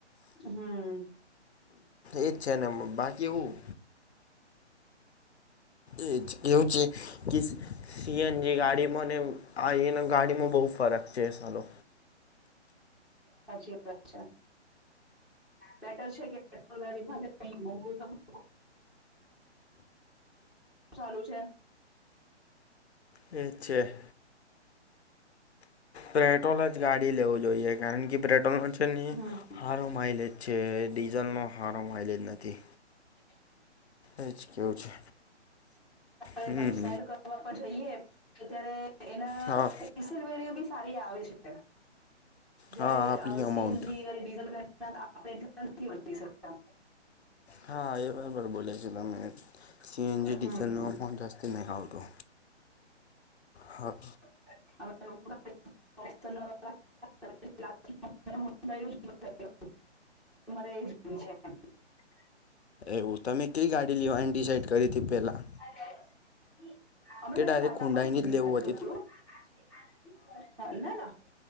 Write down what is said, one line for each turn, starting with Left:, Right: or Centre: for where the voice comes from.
Centre: હમ
Left: એજ છે ને બાકી એવું. એ એ છે કે સીએનજી ગાડીમાં ને આના ગાડીમાં બહુ ફરક છે ચાલો
Centre: સાચી વાત છે બેટર છે કે પેટ્રોલ ગાડી ભલે મોઘુ તો હવેર સારું છે.
Left: વે છેે પેટ્રોલ જ ગાડી લેવું જોઈએ કારણ કે પેટ્રોલ ન છે નહી
Centre: હમ
Left: સારો માઈલેજ છે ડીઝલનો સારો માઈલેજ નથી.
Centre: હ
Left: એ જ કેવું છે
Centre: એવ
Left: હમ
Centre: પાછ સેલ કરવા પણ જઈએ અત્યારે એનાસલવેરીઓ
Left: હા
Centre: બી સારી આવે છે જયારે
Left: હા આપણી અમાઉન્ટ
Centre: સીએનજી અને ડીઝલ ગાડી આપણે નથીતા
Left: હા એ બરાબર બોલે છો તમે. સી એનજીી
Centre: હમ
Left: ચલનોફ જાસ્તી મેગા આવ હતો હા.
Centre: હ <unintelligible> <unintelligible>
Left: એવું તમે કઈ ગાડી લેવાની ડિસાઈડ કરી હતી પેલા?
Centre: <unintelligible> અમે પે
Left: ડાયરેક્ટ
Centre: ટાટા
Left: હુંડાઈની
Centre: પંચ <unintelligible>
Left: જ લેવું હતી
Centre: હા ના ના